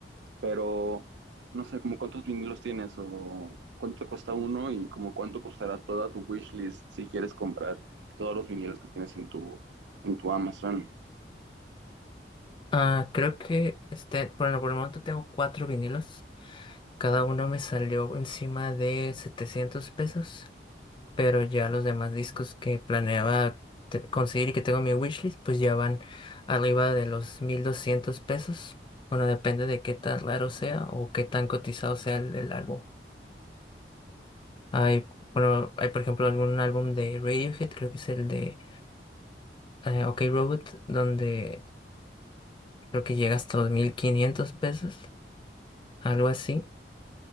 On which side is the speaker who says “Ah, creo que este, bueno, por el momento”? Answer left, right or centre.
Left